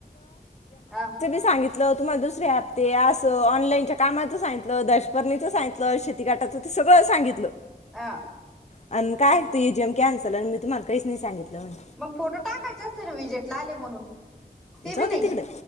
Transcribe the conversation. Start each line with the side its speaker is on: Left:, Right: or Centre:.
Centre: हा
Left: सांगितलं तुम्हाला दुसरते असं ऑनलाईनच्या कामचगित दशपर्णीच सांगितलं शेती काटाच ते सगळं सांगितलं.
Centre: अ
Left: अ कायतो एजीएम कॅन्सल आणि मी तुम्हाला कहीच नाही सांगितलं म्हणे
Centre: मग फोटो टाकायचे असते ना विजेट ला आले म्हणून ते बी
Left: जाऊ
Centre: नाही
Left: दे तिकडे